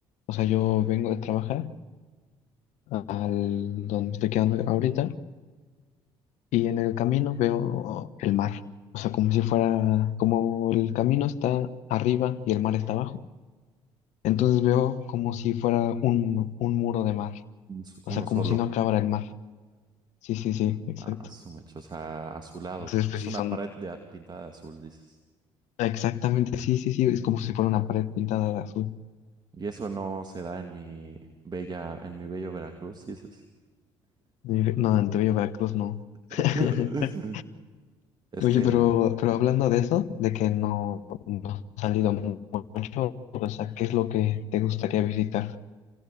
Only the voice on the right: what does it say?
un s-
uno
solo,
a su mecha, o sea, azulado,
es
una
pared de a- pintada de azul, dices.
Y eso no se da en mi bella, en mi bello Veracruz, dices.
<laughs>
Es
que,